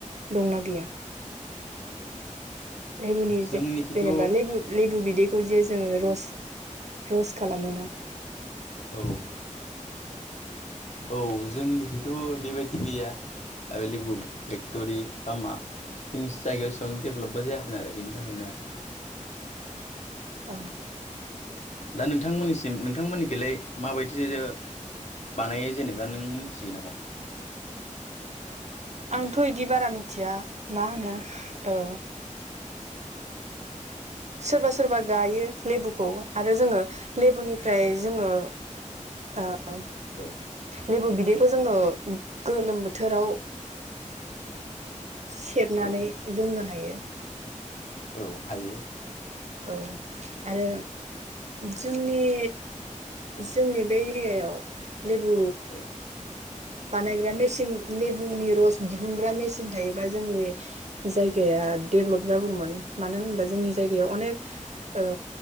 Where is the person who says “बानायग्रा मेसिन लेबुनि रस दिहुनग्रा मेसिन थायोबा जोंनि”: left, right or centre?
Right